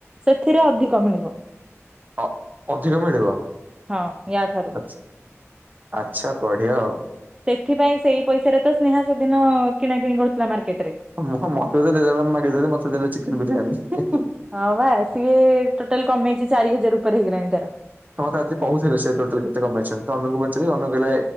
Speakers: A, on the right (about 15°); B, on the right (about 35°).
A: ସେଥିରେ ଅଧିକ ମିଳିବ।
B: ଅ ଅଧିକ ମିଳିବ ଆ
A: ହଁ ୟା ଠାରୁ
B: ଆଚ୍ଛା ବଢିଆ ଆଉ।
A: ସେଥିପାଇଁ ସେଇ ପଇସାରେ ତ ସ୍ନେହା ସେଦିନ କିଣା କିିଣି କରୁଥିଲା ମାର୍କେଟ୍ ରେ।
B: ମୁଁ ହଁ ମତେ ତ ଦେଲେ ମତେ ମାଗି ଦେଲି ଚିକେନ୍ ବିରିୟାନୀ ହିଁ ହିଁ।
A: ହଁ ବା ସିଏ ଟୋଟାଲ୍ କମେଇଛି ଚାରି ହଜାର୍ ଉପରେ ହେଇଗଲାଣି ତାର।
B: ହଁତେ ଆଜି କହୁଥିଲେ ସେ ଟୋଟାଲି କେତେ କଣ୍ ପାଇଛନ୍ତି ତ ଅନୁଙ୍କୁ ପଚାରି ଅନୁ କହିଲେ